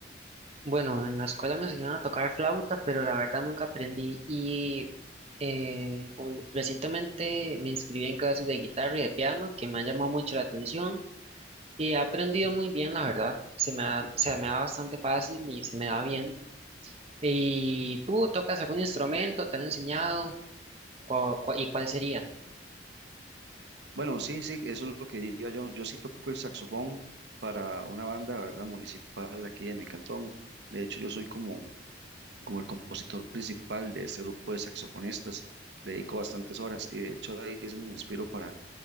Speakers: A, on the right; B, on the right.
A: Bueno, en la escuela me enseñaron a tocar flauta, pero la verdad nunca aprendí. Y eh, ul- recientemente me inscribí en clases de guitarra y de piano, que me han llamado mucho la atención y he aprendido muy bien, la verdad. Se me da, se me da bastante fácil y se me da bien. ¿Y tú tocas algún instrumento? ¿Te han enseñado? ¿Cu- cu- y cuál sería?
B: Bueno, sí, sí, eso es lo que diría yo. Yo sí toco el saxofón para una banda, ¿verdad? Municipal aquí de mi cantón. De hecho, yo soy como, como el compositor principal de este grupo de saxofonistas. Le dedico bastantes horas y de hecho ahí es donde me inspiro para,